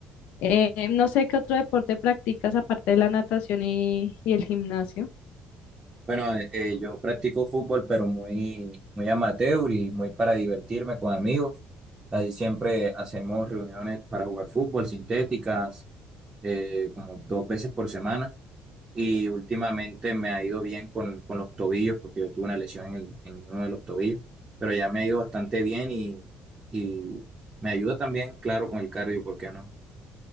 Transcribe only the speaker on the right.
Bueno, eh, eh, yo practico fútbol, pero muy, muy amateur y muy para divertirme con amigos. Casi siempre hacemos reuniones para jugar fútbol, sintéticas, eh, como dos veces por semana. y últimamente me ha ido bien con, con los tobillos, porque yo tuve una lesión en, el- en uno de los tobillos, pero ya me ha ido bastante bien y, y me ayuda también, claro, con el cardio, ¿por qué no?